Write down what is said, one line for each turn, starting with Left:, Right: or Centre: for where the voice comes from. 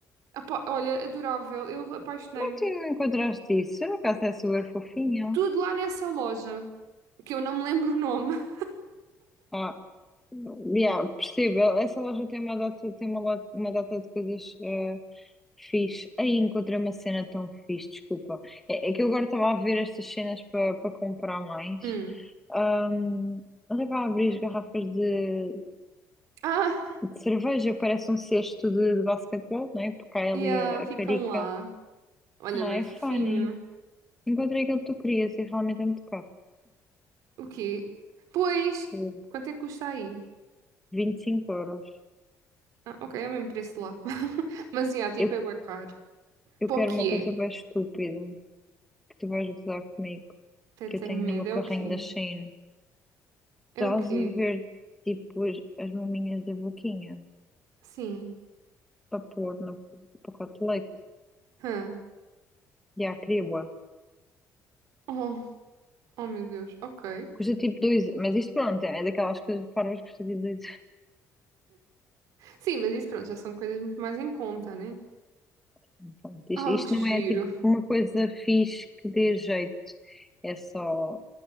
Right: Apá, olha, adorável, eu apaixonei-me.
Centre: Como é que tu não encontraste isso? Eu, no caso, é super fofinho.
Right: Tudo lá nessa loja, que eu não me lembro o nome. <laughs>
Centre: Ah, yeah, percebo. Essa loja tem uma data, tem uma, lo- uma data de coisas eh, fixe. Aí encontrei uma cena tão fixe, desculpa. É, é que eu agora estava a ver estas cenas para para comprar mais.
Right: Hum.
Centre: Ahm, olha para abrir as garrafas de,
Right: Ah,
Centre: de cerveja, parece um cesto de, de basquetebol, não é? Porque há ali
Right: yeah,
Centre: a,
Right: ficam
Centre: a carica.
Right: lá. Olha,
Centre: Ah,
Right: bem
Centre: é
Right: fofinho.
Centre: funny. Encontrei aquilo que tu querias e realmente é muito caro.
Right: O quê? Pois,
Centre: <laughs>
Right: quanto é que custa aí?
Centre: 25 euros.
Right: Ah, ok, é o mesmo preço de lá. <laughs> Mas, yeah, tipo,
Centre: Eu,
Right: é bué caro.
Centre: eu
Right: Para
Centre: quero
Right: o que
Centre: uma coisa
Right: é?
Centre: bem estúpida, que tu vais gozar comigo,
Right: Até
Centre: que
Right: tenho
Centre: eu tenho
Right: medo.
Centre: no meu
Right: É
Centre: carrinho
Right: o quê?
Centre: da Shein. Estás
Right: É o quê?
Centre: a ver, tipo, as, as maminhas da boquinha
Right: Sim.
Centre: para pôr no pacote de leite.
Right: Hã.
Centre: E há criba.
Right: Oh, oh, meu Deus. Ok.
Centre: Custa tipo dois mas isto pronto, é daquelas coisas parvas que custa tipo 2
Right: Sim, mas isso, pronto, já são coisas muito mais em conta, né?
Centre: <laughs> Pronto, isto,
Right: Oh,
Centre: isto
Right: que
Centre: não
Right: giro.
Centre: é tipo uma coisa fixe que dê jeito. É só,